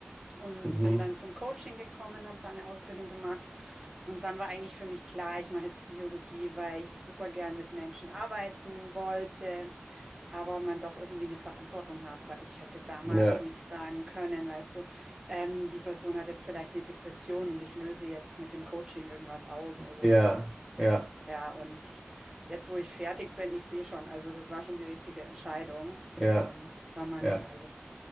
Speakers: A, on the right; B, in the centre.
A: Und
B: Mhm.
A: bin dann zum Coaching gekommen, habe da eine Ausbildung gemacht. Und dann war eigentlich für mich klar, ich mache jetzt Psychologie, weil ich super gern mit Menschen arbeiten wollte, aber man doch irgendwie eine Verantwortung hat, weil ich hätte damals
B: Ja,
A: nicht sagen können, weißt du, ähm, die Person hat jetzt vielleicht eine Depression und ich löse jetzt mit dem Coaching irgendwas aus. Also
B: ja, ja,
A: ja, und jetzt, wo ich fertig bin, ich sehe schon, also das war schon die richtige Entscheidung,
B: ja,
A: ähm, weil man,
B: ja,
A: also